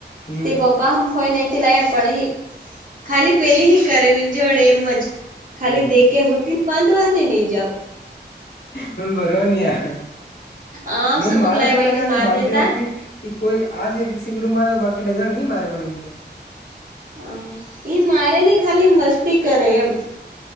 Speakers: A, on the left (about 70°); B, on the right (about 50°).
A: હમ
B: તે પપ્પ પાહ ફોય નહતી. લ પણ ઈ ખાલી પેલી હી કરે, વિંજોડ એમજ ખાલી
A: હમ
B: દે કે હોતીન, બાંધવાં તી જાઓ
A: હ, બરો ની આ <unintelligible>
B: આમ સમક લાય કઈને માર
A: બાંધતી
B: દેતા
A: વખતિ એ કોઈ આજ એક સીંગડું મારે તો. બાકી ઢગરા નહી મારે મને એમ કે.
B: હ ઈ મારે નહીં ખાલી મસ્તી કરે એમ.